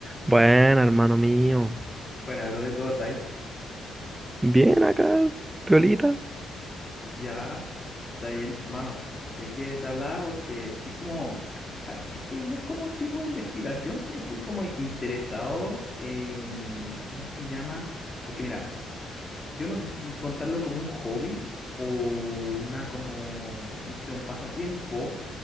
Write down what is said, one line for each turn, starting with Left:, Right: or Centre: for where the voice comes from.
Right: Bueno, hermano mío.
Left: Bueno, brother, ¿cómo está ahí?
Right: Bien acá, Piolita.
Left: Ya, está bien, hermano. Sé que te hablaba porque estoy como, a ver, es que no es como tipo de investigación, pero estoy como in- interesado en, ¿cómo se llama? Porque mira, yo no sé si contarlo como un hobby o una como, no sé, un pasatiempo,